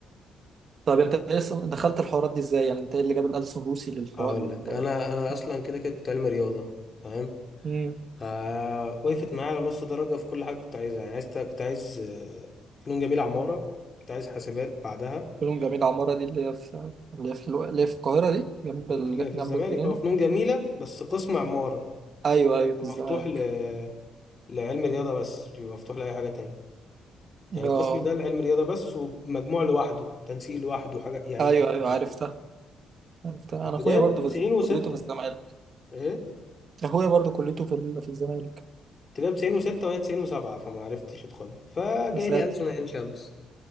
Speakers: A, on the right; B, on the left.
A: طب انت ايه اصلا دخلت الحوارات دي ازاي يعني انت ايه اللي جاب الألسن روسي للحوار
B: هقول
A: لل
B: لك انا انا اصلا
A: آه.
B: كده كده كنت علمي رياضه تمام
A: مم.
B: آه وقفت معايا على نص درجه في كل حاجه كنت عايزها يعني عايز كنت عايز آه، فنون جميله عماره كنت عايز حاسبات بعدها
A: شؤون جميل عمارة دي اللي هي في اللي هي في, الو... اللي هي في القاهرة دي جنب
B: اللي
A: ال...
B: في الزمالك
A: جنب الجنينة
B: اه فنون جميله بس قسم عماره
A: أيوه
B: ده بيبقى
A: أيوه في
B: مفتوح
A: الزمالك
B: ل... لعلم رياضه بس بيبقى مفتوح لاي حاجه تانية يعني
A: اه
B: القسم ده لعلم رياضه بس ومجموع لوحده تنسيق لوحده حاجه يعني
A: أيوه
B: لوحده.
A: أيوه عرفتها عرفتها
B: كنت
A: أنا أخويا
B: جايب
A: برضه
B: 96
A: في الز- كليته في الزمالك
B: ايه
A: أخويا برضه كليته في ال... في الزمالك
B: كنت جايب 96 وهي 97 فما عرفتش ادخلها فجالي
A: يا ساتر
B: ألسن عين شمس